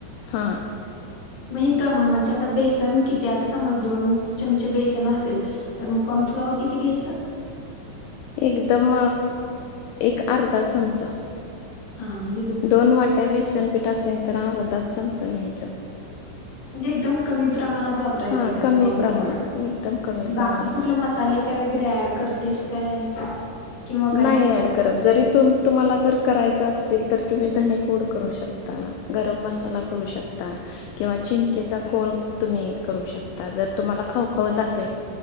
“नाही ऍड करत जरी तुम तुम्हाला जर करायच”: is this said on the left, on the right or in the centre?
Left